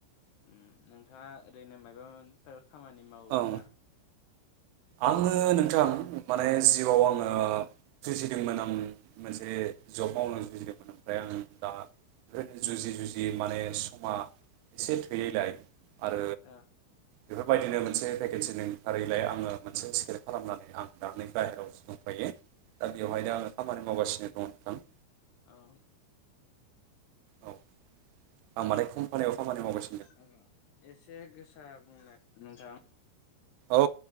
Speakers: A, on the left; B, on the right.
A: ओम नोंथाङा बिदिनो मायाबा मोन थोर खामानि मावोना
B: औ औ आङो नोंथां माने जिउआव आङो जुजिदोंमोन आं मोनसे जब मावनो जुजिदोंमोन ओमफ्राय आं दा ओनो जुजि जुजि माने समा एसे थैयैलाय आरो
A: ओ
B: बेफोरबायदिनो मो मोनसे भेकेन्सि ओंखारैलाय आङो मोनसे सिकेट खालामनानै आं दानि बाहेरायावसो दंफायो दा बेवहायनो आङो खामानि मावगासिनो दङ नोंथां
A: औ
B: औ आं माने कम्पानियाव खामानि मावगसिनो
A: औ एसे गोसा बुंनाय नोंथां
B: औ